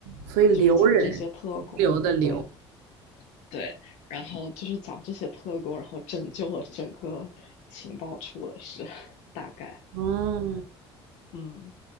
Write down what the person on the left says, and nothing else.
就是讲这些特工，
对对，然后就是讲这些特工，然后拯救了整个情报处的事，<laughs> 大概，
嗯。